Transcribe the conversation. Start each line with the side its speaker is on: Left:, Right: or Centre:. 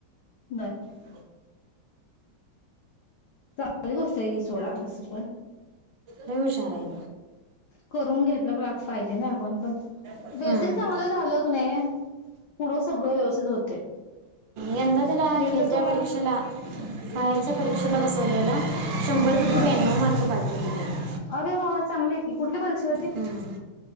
Left: बर
Right: <unintelligible>
Left: चांगली गोष्ट ही सोडा तसं पण
Right: लई हुशार आहे
Left: करून घेतलं पाहिजे ना आपण पण
Right: तो.
Left: बेसिक चांगलं झालं क नाही पुढं सगळं व्यवस्थित होतय
Right: यंदा त्याला ह्याच्या
Left: तर तुम्हाला
Right: परीक्षेला बाहेरच्या परीक्षेला बस. स वला <unintelligible> शंभर कि
Left: बर
Right: ब्याण्णव मार्क पा द क <inaudible>
Left: अरे वा वा चांगले आहे की कुठली परीक्षा? होती
Right: हम्म.